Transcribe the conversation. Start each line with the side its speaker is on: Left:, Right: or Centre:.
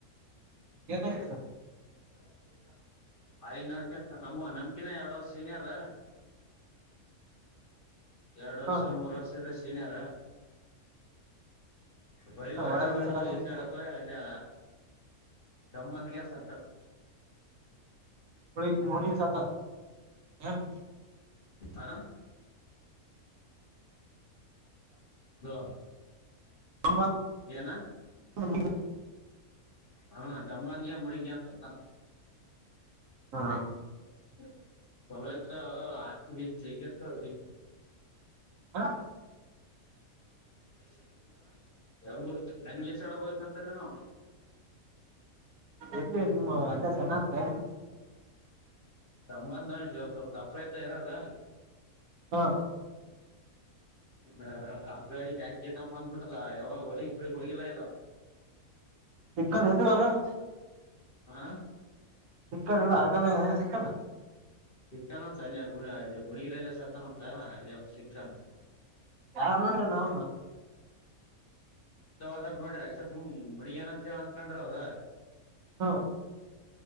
Right: ಏನಾಗಿತ್ತು ಸರ್
Left: ಹಾಲ ನಂತ ನಮ್ಮ ನಮ್ಕಿನ ಎರಡ್ ವರ್ಷ ಸೀನಿಯರ್ ಎರಡ್ ವರ್ಷ
Right: ಹ
Left: ಮೂರ್ ವರ್ಷ ಇದೆ ಸೀನಿಯರ ಹೊಳಗೋಯನಾ
Right: ಒಳಗ
Left: ಹೊಳಿಗೋಯ್
Right: ಈಸಾಡಕ್ ಹೋಗಿದ್ದೆ
Left: ಇಸಡಕ್ಕೆ ಅಲ್ಲಿ ತಂಬನ್ಗೆ ಸ್ಟೆಪ್
Right: <unintelligible>
Left: ಆ ಹಲೋ
Right: <unintelligible>
Left: ಏನಾ
Right: <unintelligible>
Left: ಹಾ ದಮ್ಬಗಿನ ಮುಳುಗಿ ಎದ್ದ ಸತ್ತಾನ್
Right: ಹಾ
Left: <unintelligible>
Right: ಹಾ
Left: <unintelligible> <unintelligible>
Right: ಎಲ್ಲಿ ನಿಮ್ ಅದ ಸಣ್ಣ ಅತ್ತೆ
Left: ಸಂಬಂಧ ಸ್ವಲ್ ತಪ್ಪಐತ ಇರಲ್ಲ ಏನ್
Right: ಹಾ
Left: ಇನ್ನ ಬ್ಯಾಸಗಿ ಬಂದಬಿತ್ದಾದ ಯಾವಾಗ ಹೊಳ ಗ ಪೀಳಿಗ ಹೋಗಿಲ್ಲ ಏನು
Right: <unintelligible>
Left: ಹಾ
Right: ಸಿಕ್ಕದ ಏನ್ ಹರಕಂದ ಹೋಗ್ಯದ ಏನ್ ಸಿಕ್ಕದ
Left: ಸಿಗ್ತಾನಂತ ಅಲ್ಲಿ ಗುಳ್ಳೆ ಅಲ್ಲಿ ಮುಳುಗಿದಲೇ ಸತ್ತನಂತ ಅಲ್ಲಿಯ ಸಿಗ್ತಾನ್
Right: ಯಾರ ನೋಡ್ರಿ ಅವ್ನ್
Left: ಅದ ನೋಡ್ರಿ ಅಷ್ಟ ಸುಮ ಮುನುಗ್ಯಾನ್ ಏಳ ಅಂತ ಅನ್ಕೊಂಡ್ರ ಅವರ
Right: ಹಾ